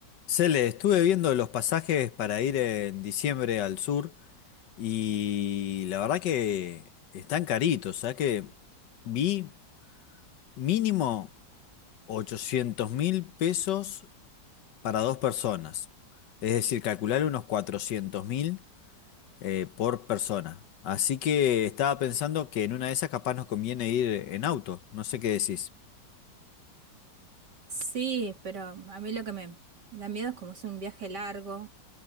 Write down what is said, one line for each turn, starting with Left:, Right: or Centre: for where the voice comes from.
Left: Cele, estuve viendo los pasajes para ir en diciembre al sur y la verdad que están caritos, o sea que vi mínimo 800 mil pesos para dos personas, es decir, calcular unos 400 mil eh, por persona. Así que estaba pensando que en una de esas capaz nos conviene ir en auto, no sé qué decís.
Right: Sí, pero a mí lo que me da miedo es como es un viaje largo